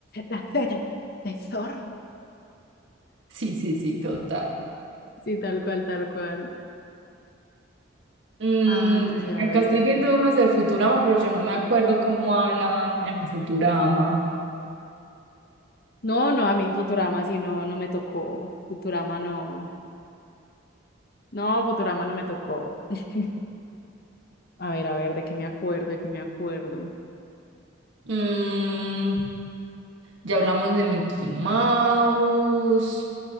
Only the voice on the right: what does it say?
Sí, sí, sí, total.
Mm,
acá estoy
viendo unos de Futurama, pero yo no me acuerdo cómo hablan en Futurama.
Mm, ya hablamos de Mickey Mouse.